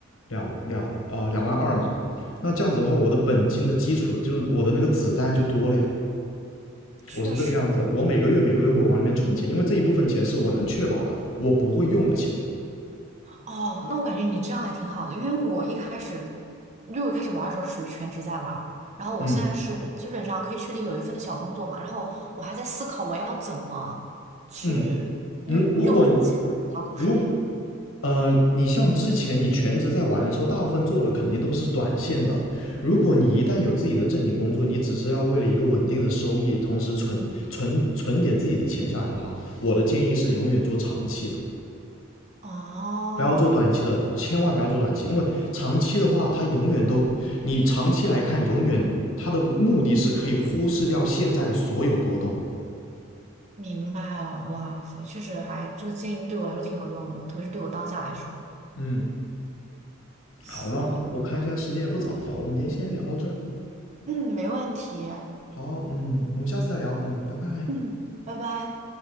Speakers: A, on the left; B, on the right.
A: 两两呃两万二嘛。那这样子的话，我的本金的基础的就是我的那个子弹就多了呀。
B: 确实。
A: 我是这个样子，我每个月每个月会往里面存钱，因为这一部分钱是我能确保的，我不会用的钱。
B: 哦，那我感觉你这样还挺好的，因为我一开始，因为我一开始玩儿的时候是属于全职在玩儿然后我现在是基本上可以确定有一份小工作嘛，
A: 嗯，
B: 然后我还在思考我要怎么去运用这个钱到股市里。
A: 嗯，如如果如呃，你像之前你全职在玩的时候，大部分做的肯定都是短线的。如果你一旦有自己的正经工作，你只是要为了一个稳定的收益，同时存存存点自己的钱下来的话，我的建议是永远做长期的，
B: 哦，
A: 不要做哦短期的，千万不要做短期，因为长期的话，它永远都，你长期来看，永远它的目的是可以忽视掉现在的所有波动。
B: 明白了，哇塞，确实还这个建议对我来说挺有用的，特别是对我当下来说。
A: 嗯，
B: 行，
A: 好，那我看现在时间也不早了，我们今天先聊到这儿。
B: 嗯，没问题，
A: 好，嗯，我们下次再聊，嗯，拜拜。
B: 嗯，拜拜。